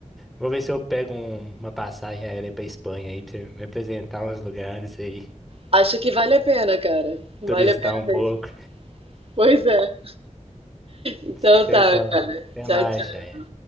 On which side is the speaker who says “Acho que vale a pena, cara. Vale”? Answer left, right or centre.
Right